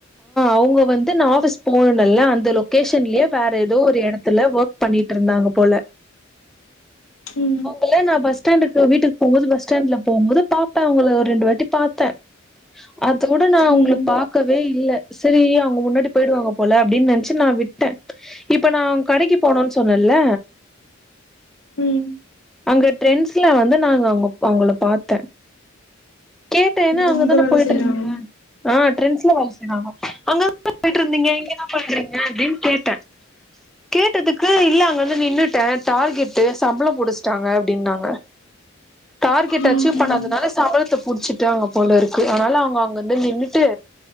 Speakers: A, in the centre; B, on the left.
A: அவுங்க வந்து நா ஆஃபிஸ் போனெல்ல அந்த லொகேஷன்லயே வேற எதோ ஒரு எடத்துல ஒக் பண்ணிட்டு இருந்தாங்க போல
B: ம்
A: ல்ல நா பஸ்டாண்டுக்கு வீட்டுக்கு போக போது பஸ் ஸ்டாண்ட்ல போகபோது பாப்பே அவங்கள ஒரு ரெண்டு வாட்டி பாத்தே அதோட நா அவுங்கள
B: ம்
A: பாக்க வே இல்ல சரி அவங்க முன்னாடி போயிடுவாங்க போல அப்டின் நெனைச்சு நா விட்டே இப்ப நா கடைக்கு போனும்னு சொன்னேல்ல
B: ம்
A: அங்க ட்ரெண்ட்ஸ்ல வந்து நா அங்க அவங்கள பாத்தே கேட்டேன்னா
B: ஓ
A: அங்கதானே
B: அங்க வேல
A: போயிட்
B: செய்றாங்க
A: இருந்தீங்க ஆ ட்ரென்ஸ் அங்கதானே போயிட்டு இருந்தீங்க இங்கன்னா பண்றீங்க அப்டின்னு கேட்டே கேட்டதுக்கு இல்ல அங்க வந்து நின்னுட்டே டார்கெட்டு சம்பளம் புடிச்டாங்க அப்டின்னாங்க டார்கெட்
B: ம்
A: அச்சீவ் பண்ணாதுனால
B: ம்
A: சம்பளத்தை புடிச்சிட்டாங்க போல இருக்கு அதனால அவங்க அங்க இருந்து நின்னுட்டு